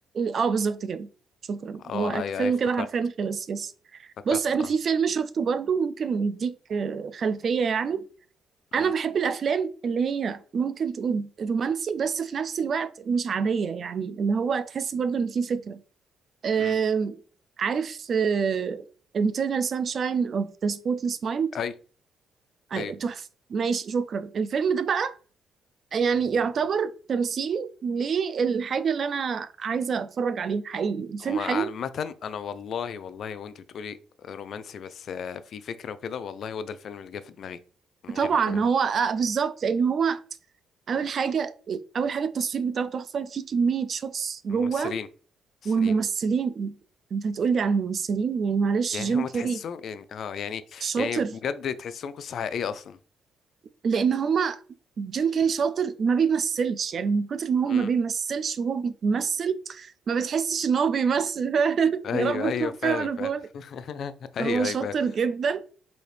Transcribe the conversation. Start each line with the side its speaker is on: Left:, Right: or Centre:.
Right: اه بالظبط كده شكرا
Left: اه
Right: هو الفيلم
Left: ايوه ايوه افتكرت
Right: كده حرفيا خلص يس
Left: افتكرت
Right: بص انا
Left: اه
Right: في فيلم شفته برضو ممكن يديك آه، خلفية يعني انا
Left: امم
Right: بحب الافلام اللي هي ممكن تقول رومانسي بس في نفس الوقت مش عادية يعني اللي هو تحس برضو ان في فكرة آم،
Left: امم
Right: عارف آه، Internal Sunshine of the Spotless Mind
Left: ايوه
Right: آه،
Left: ايوه
Right: تحفة ماشي شكرا الفيلم ده بقى يعني يعتبر تمثيل للحاجة اللي أنا عايزة أتفرج عليها حقيقي الفيلم
Left: هما
Right: حلو
Left: عامة أنا والله والله وأنت بتقولي رومانسي بس آه، في فكرة وكده والله هو ده الفيلم اللي جه في دماغي من
Right: طبعا
Left: غير ما تقولي
Right: هو
Left: حاجة
Right: آه، بالظبط لأن هو أول حاجة أول حاجة التصوير بتاعه تحفة في كمية شوتس جوه
Left: الممثلين الممثلين
Right: والممثلين أنت هتقولي على الممثلين يعني معلش
Left: يعني
Right: جيم
Left: هما
Right: كاري
Left: تحسوا يعني اه يعني
Right: شاطر
Left: يعني بجد تحسهم قصة حقيقية أصلا
Right: لأن هما جيم كاري شاطر ما بيمثلش يعني من كتر ما هو
Left: امم
Right: ما بيمثلش وهو بيتمثل ما بتحسش إن هو بيمثل <laughs>
Left: أيوه
Right: يا رب
Left: أيوه
Right: تكون
Left: فعلا
Right: فاهم أنا
Left: فعلا
Right: بقول إيه.
Left: <laughs> أيوه
Right: هو شاطر
Left: أيوه
Right: جدا